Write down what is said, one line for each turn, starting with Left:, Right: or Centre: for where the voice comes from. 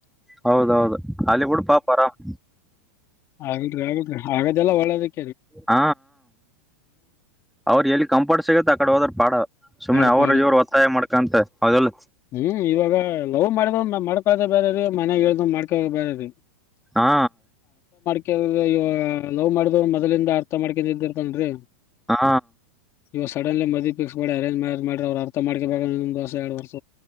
Centre: ಹೌದೌದು ಅಲ್ಲಿ ಕೂಡ ಪಾಪ ಆರಾಮ್
Left: ಆಗ್ರಿ ಆಗಲ್್ರಿ ಆಗದೆಲ್ಲ ಒಳ್ಳದಕ್ಕೆ
Centre: ಹ ಅವ್ರ ಎಲ್ಲಿ ಕಂಪೋರ್ಟ್ ಸಿಗತ್ತ ಆಕಡೆ ಹೋದ್ರ ಪಾಡ ಸುಮ್ನೆ
Left: ಪಾಡ್
Centre: ಅವರು
Left: ಪಾಡ್
Centre: ಇವರು ಒತ್ತಾಯ ಮಾಡ್ಕಂತ ಹೌದಲ್ಲ
Left: ಹ್ಮ್ ಇವಾಗ ಲವ್ ಮಾಡಿದ್ ಮಾಡ್ಕ ಬೇರೆ ರೀ ಮನೆಾಗ ಹೇಳ್ದ್ ಮಾಡ್ಕೋ ಬೇರೆ ರೀ
Centre: ಹಾ
Left: ಕೆ ಲವ್ ಮಾಡ್ದ ಮೊದಲಿಂದ ಅರ್ಥ ಮಾಡ್ಕೊಂಡ ಇದ್ದಿರ್ತನ್ರೀ
Centre: ಹಾ
Left: ಇವು ಸಡನ್ಲಿ ಮದ ಫಕ್ಸ್ ಮಾಡಿ ಅರೇಜ್ ಮಾಡ್ರ ಅವ್ ಅರ್ ಮಾಡಕ ದಸ ಎಡುರ್ಷ